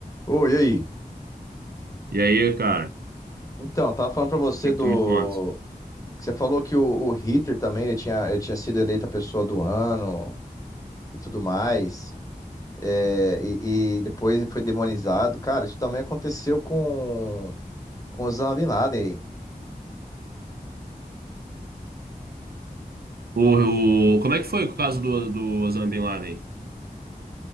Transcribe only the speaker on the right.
E aí, cara,
o que
que tu me conta?
O, o- como é que foi o caso do, do Osama Bin Laden?